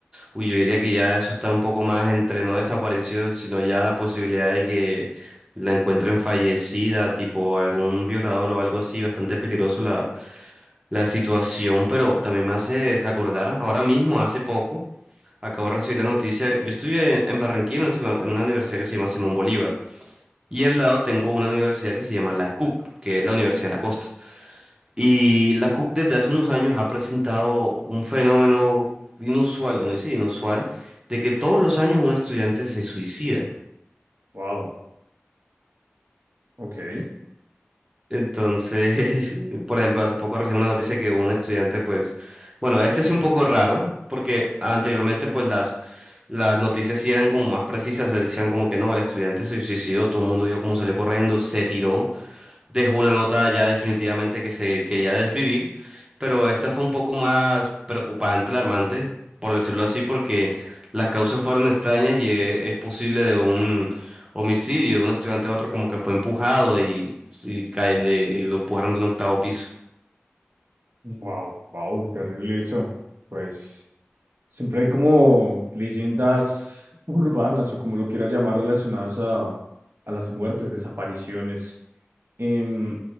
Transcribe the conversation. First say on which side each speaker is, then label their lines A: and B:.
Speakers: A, on the right (about 20°); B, on the right (about 70°).
A: Uy, yo diría que ya eso está un poco más entre no desaparición, sino ya la posibilidad de que la encuentren fallecida, tipo algún violador o algo así, bastante peligroso la, la situación, pero también me hace desacordar, ahora mismo, hace poco, acabo de recibir la noticia, yo estudié en, en Barranquilla, en una cima- en una universidad que se llama Simón Bolívar, y al lado tengo una universidad que se llama la CUC, que es la Universidad de la Costa. Y la Cook desde hace unos años ha presentado un fenómeno inusual, o no sí, inusual, de que todos los años un estudiante se suicida.
B: Wow, ok.
A: Entonces, <laughs> por ejemplo, hace poco recibí una noticia que un estudiante, pues, bueno, este sí un poco raro, porque anteriormente, pues, las, las noticias sí eran como más precisas, decían como que no, el estudiante se suicidó, todo el mundo vio cómo salió corriendo, se tiró. dejó una nota ya definitivamente que se quería desvivir, pero esta fue un poco más preocupante, alarmante, por decirlo así, porque las causas fueron extrañas y eh, es posible de un homicidio de un estudiante a otro como que fue empujado y, y cae de- y lo empujaron de un octavo piso.
B: Wow, wow, terrible eso. Pues. Siempre hay como leyendas urbanas o como lo quiera llamar relacionadas a, a las muertes, desapariciones. Em,